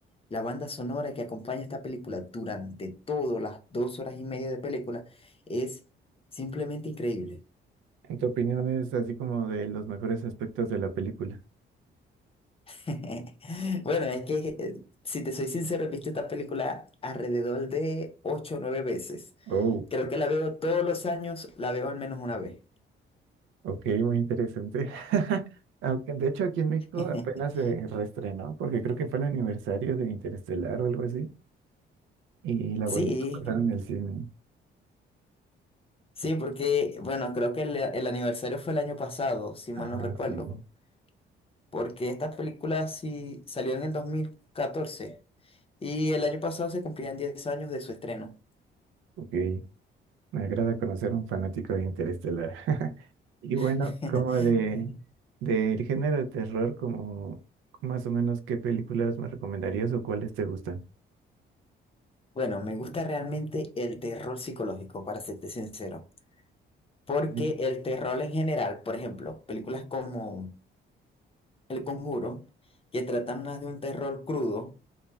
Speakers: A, on the left; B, on the right.
A: La banda sonora que acompaña esta película durante todas las dos horas y media de película es simplemente increíble.
B: ¿En tu opinión es así como de los mejores aspectos de la película?
A: <laughs> Bueno, es que eh, si te soy sincero, he visto esta película alrededor de 8 o 9 veces.
B: Oh,
A: Creo que la veo todos los años, la veo al menos una vez.
B: ok, muy interesante. <laughs> Aunque de hecho aquí en México
A: <laughs>
B: apenas se reestrenó, porque creo que fue el aniversario de Interestelar o algo así, y la
A: Sí,
B: volvieron a pasar en el cine.
A: sí, porque, bueno, creo que el, el aniversario fue el año pasado, si mal
B: Ah,
A: no recuerdo,
B: sí,
A: porque esta película sí salió en el 2014 y el año pasado se cumplían 10 años de su estreno.
B: ok. Me agrada conocer a un fanático de Interestelar. <laughs> Y
A: <laughs>
B: bueno, como de del género de terror, como más o menos qué películas me recomendarías o cuáles te gustan.
A: Bueno, me gusta realmente el terror psicológico, para serte sincero. Porque
B: Bien.
A: el terror en general, por ejemplo, películas como El Conjuro, que tratan más de un terror crudo,